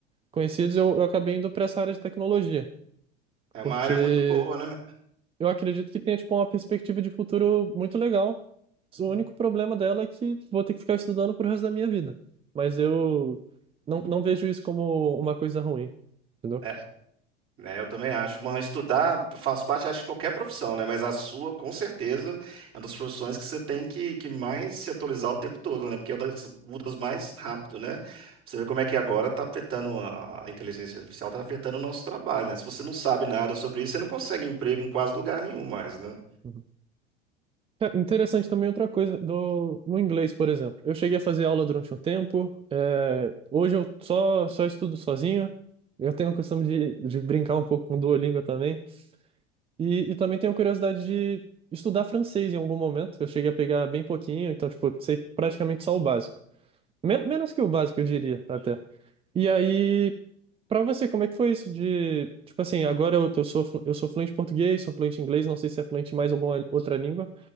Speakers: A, on the right; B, on the right.
A: conhecidos, eu, eu acabei indo para essa área de tecnologia.
B: É uma
A: Porque.
B: área muito boa, né?
A: Eu acredito que tenha, tipo, uma perspectiva de futuro muito legal.
B: Hum.
A: O único problema dela é que vou ter que ficar estudando pro resto da minha vida. Mas eu não, não vejo isso como uma coisa ruim, entendeu?
B: É, né, eu também acho. Mas estudar faz parte, acho, de qualquer profissão, né? Mas a sua, com certeza, é uma das profissões que você tem que, que mais se atualizar o tempo todo, né? Porque é uma das que mudas mais rápido, né? Você vê como é que agora está afetando a, a inteligência artificial, está afetando o nosso trabalho, né? Se você não sabe nada sobre isso, você não consegue emprego em quase lugar nenhum mais, né?
A: Uhum. É interessante também outra coisa do, no inglês, por exemplo. Eu cheguei a fazer aula durante um tempo, é, hoje eu só, só estudo sozinho. Eu tenho a questão de, de brincar um pouco com o Duolingo também. E, e também tenho curiosidade de estudar francês em algum momento. Eu cheguei a pegar bem pouquinho, então, tipo, sei praticamente só o básico. Men- menos que o básico, eu diria, até. E aí, pra você, como é que foi isso de, tipo assim, agora eu, eu sou, flu- eu sou fluente em português, sou fluente em inglês, não sei se é fluente em mais alguma outra língua.